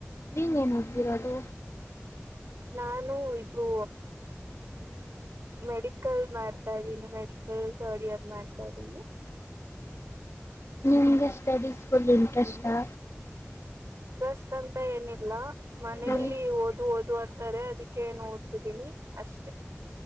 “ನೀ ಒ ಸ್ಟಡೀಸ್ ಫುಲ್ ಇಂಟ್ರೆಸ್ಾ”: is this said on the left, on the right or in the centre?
Left